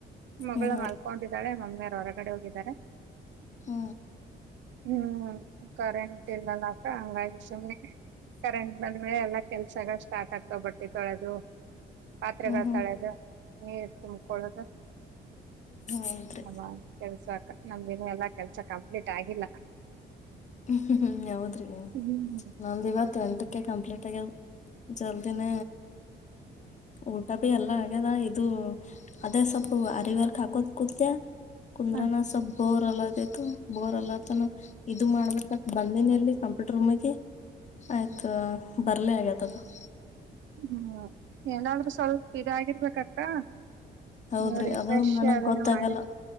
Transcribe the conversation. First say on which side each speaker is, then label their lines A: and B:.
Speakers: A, on the right; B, on the left.
A: ಮಗಳ
B: ಹ್ಮ್ ಹಾ
A: ಮಲ್ಕೊಂಡಿದ್ದಾಳೆ
B: ರೀ
A: ನನ್ನ ಮ್ಯಾಲ್. ಹೊರಗಡೆ ಹೋಗಿದ್ದಾರೆ.
B: ಆ
A: ಹ್ಮ್ ಕರೆಂಟ್ ಇಲ್ಲಲ ಅಕ್ಕಾ ಹಂಗಾಗಿ ಸುಮ್ಮನೆ ಕರೆಂಟ್ ಬಂದ್ಮೇಲೆ ಎಲ್ಲಾ ಕೆಲ್ಸಗಳು ಸ್ಟಾರ್ಟ್ ಆಗ್ತಾವ ಬಟ್ಟೆ ತೊಳೆದು. ಪಾತ್ರೆಗಳ
B: ಹ್ಮ್ ಹ್ಮ್
A: ತೋಳೆದು ನೀರ್ ತಿನ್ಕೊಳ್ಳದ
B: ಹೌದ್ರಿ
A: ಅದ ಆದ ಕೆಲಸ ಆತ್. ನಮ್ದಿನ್ನು ಎಲ್ಲಾ ಕೆಲ್ಸ ಕಂಪ್ಲೀಟ್ ಆಗಿಲ್ಲ.
B: ಹ್ಮ ಯಾವದ್ರಿ
A: ಹ್ಮ್
B: ನಮ್ದ ಇವತ್ತ ಎಂಟಕ್ಕೆ ಕಂಪ್ಲೀಟ್ ತ್ತೆಗೆ ಜಲ್ದಿನ ಊಟ ಬಿ ಎಲ್ಲ ಆಗ್ಯದ ಇದು ಅದೇ ಸ್ವಲ್ಪ ಆರಿವರ್ಕ್ ಹಾಕೋತ್ ಕುತ್ಯ. ಕುಂದ್ರಣ್ಣಾ
A: ಹ
B: ಸಪ್ಪ ಹೊ ಬಲ್ಲದೇತು ಬೋರ್ ಅಲ್ಲ ಅತಾನ್ ಇದ್ ಇದು ಮಾಡ್ಬೇಕ ಬಂದನಿ ಅಲ್ಲಿ ಕಂಪ್ಯೂಟರ್ ರೂಮಗಿ ಆಯ್ತು ಬರ್ಲ <unintelligible>
A: ಹ್ಮ್ ಏನಾದ್ರೂ ಸ್ವಲ್ಪ ಇದಾಗಿರ್ಬೇಕ ಅಕ್ಕಾ.
B: ಹೌದ್ರಿ
A: ನೀವ್ರಿ ರಿಫ್ರೆಶ್
B: ಅದು ನನಗ್
A: ಅದನ್ನ
B: ಗೊತ್ತಾಗಲ್ಲ
A: ಮಾಡೇರಿ